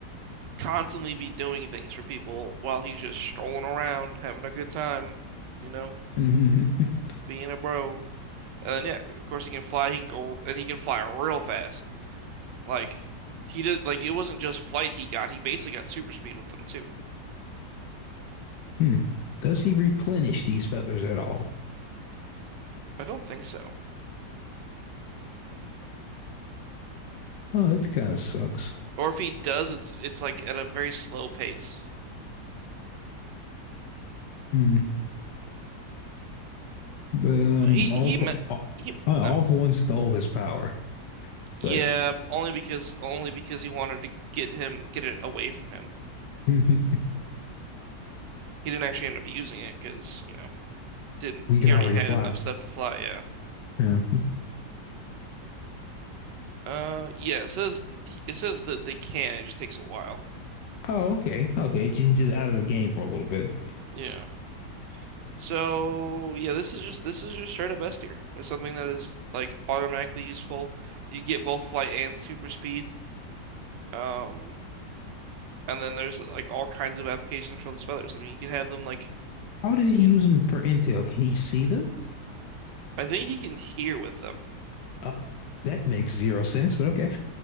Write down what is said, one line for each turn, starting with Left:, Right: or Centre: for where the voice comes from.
Right: constantly be doing things for people while he's just strolling around, having a good time, you know,
Left: Mm-hmm.
Right: being a bro. And then, yeah, of course he can fly. He can go and he can fly real fast. Like he did. Like it wasn't just flight he got. He basically got super speed with them too.
Left: Hmm. Does he replenish these feathers at all?
Right: I don't think so.
Left: Oh, that kind of sucks.
Right: Or if he does, it's it's like at a very slow pace.
Left: Hmm. But um,
Right: He
Left: all
Right: he
Left: for
Right: met
Left: all,
Right: he
Left: all
Right: no.
Left: for one stole his power.
Right: Yeah,
Left: But
Right: only because only because he wanted to get him get it away from him.
Left: <laughs> we
Right: He didn't actually end up using it because, you know, didn't he
Left: can already
Right: already had
Left: fly.
Right: enough stuff to fly, yeah.
Left: Yeah.
Right: Uh yeah, it says it says that they can, it just takes a while.
Left: Oh, okay. Okay. He's just out of the game for a little bit.
Right: Yeah. So yeah, this is just this is just straight up S tier. It's something that is like automatically useful. You get both flight and super speed. Um And then there's like all kinds of applications for those feathers. I mean, you can have them like
Left: How does he
Right: you
Left: use
Right: can-
Left: them for intel? Can he see them?
Right: I think he can hear with them.
Left: Uh, that makes zero sense, but okay.